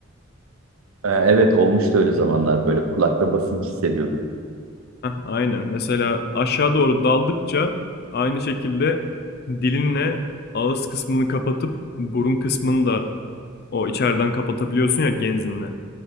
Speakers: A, on the right; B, on the left.
A: Ee, evet olmuştu öyle zamanlar böyle kulakta basınç hissediyordum.
B: Heh, aynen. Mesela aşağı doğru daldıkça aynı şekilde dilinle ağız kısmını kapatıp burun kısmını da o içeriden kapatabiliyorsun ya genzinle.